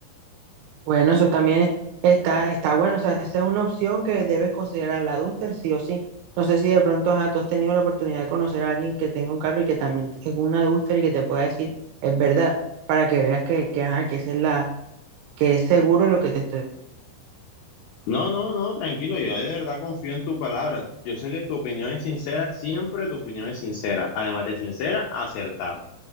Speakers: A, on the right (about 80°); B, on the left (about 75°).
A: Bueno, eso también está, está bueno. O sea, esa es una opción que debes considerar la Duster, sí o sí. No sé si de pronto ajá, tú has tenido la oportunidad de conocer a alguien que tenga un carro y que también tenga una Duster y que te pueda decir, es verdad, para que veas que, que, ajá, que esa es la, que es seguro lo que te estoy.
B: No, no, no, tranquilo, yo de verdad confío en tu palabra. Yo sé que tu opinión es sincera, siempre tu opinión es sincera, además de sincera, acertada.